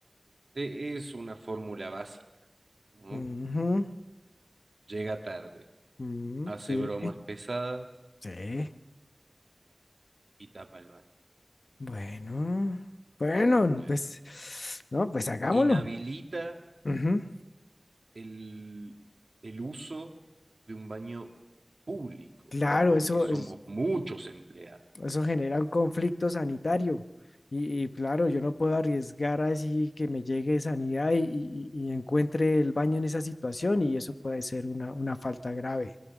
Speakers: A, on the right; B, on the left.
A: e- es una fórmula básica, ¿no?
B: Ujú.
A: Llega tarde,
B: Mm,
A: hace
B: sí,
A: bromas pesadas
B: sí.
A: y tapa el baño.
B: Bueno, bueno,
A: No puede
B: pues,
A: fallar.
B: no, pues hagámoslo.
A: Inhabilita
B: Ujú.
A: el, el uso de un baño público,
B: Claro,
A: porque
B: eso,
A: somos
B: es-
A: muchos empleados.
B: eso genera un conflicto sanitario. Y, y claro, yo no puedo arriesgar así que me llegue sanidad y, y- y encuentre el baño en esa situación y eso puede ser una, una falta grave.